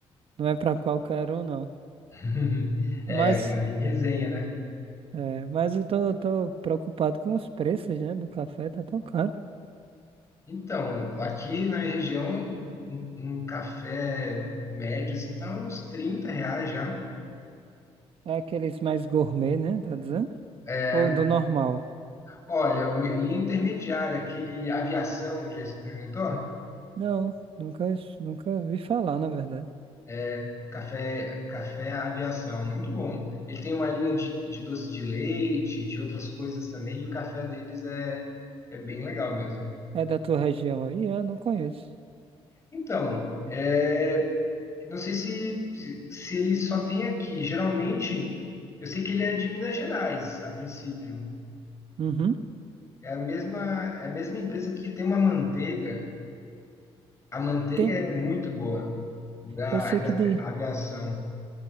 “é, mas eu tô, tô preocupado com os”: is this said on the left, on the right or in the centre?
Right